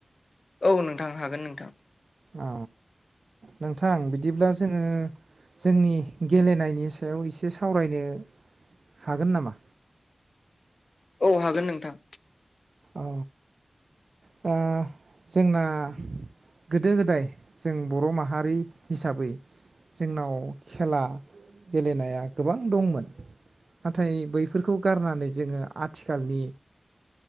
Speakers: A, on the left (about 60°); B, on the right (about 60°).
A: औ नोंथां हागोन नोंथां
B: अ नोंथां बिदिब्ला जोङो जोंनि गेलेनायनि सायाव एसे सावरायनो हागोन नामा?
A: औ हागोन नोंथां
B: औ दा जोंना गोदो गोदाय जों बर माहारि हिसाबै जोंनाव खेला गेलेनाया गोबां दंमोन नाथाय बैफोरखौ गारनानै जोङो आथिखालनि